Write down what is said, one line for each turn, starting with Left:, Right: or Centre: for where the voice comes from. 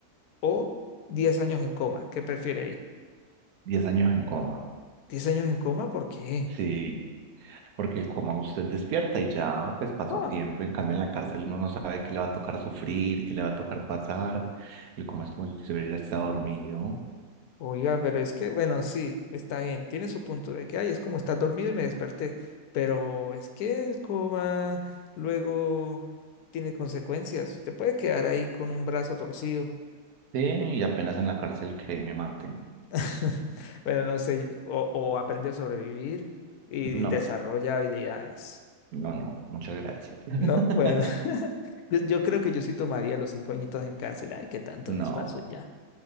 Left: o diez años en coma? ¿Qué prefiere ahí?
Right: Diez años en coma.
Left: ¿Diez años en coma? ¿Por qué?
Right: Sí, porque el coma usted despierta y ya pues pasó
Left: Ah,
Right: tiempo. En cambio, en la cárcel uno no sabe qué le va a tocar sufrir, qué le va a tocar pasar. El coma es como si usted hubiera estado dormido.
Left: oiga, pero es que, bueno, sí, está bien. Tiene su punto de que, ay, es como estar dormido y me desperté. Pero es que el coma luego tiene consecuencias. Te puede quedar ahí con un brazo torcido.
Right: Sí, y apenas en la cárcel que me maten.
Left: <laughs> Bueno, no sé, o, o aprende a sobrevivir y
Right: No.
Left: desarrolla habilidades,
Right: No, no, muchas gracias. <laughs>
Left: ¿no? Bueno, <laughs> yo, yo creo que yo sí tomaría los cinco añitos en cárcel, ay, qué tanto los
Right: No.
Left: paso y ya.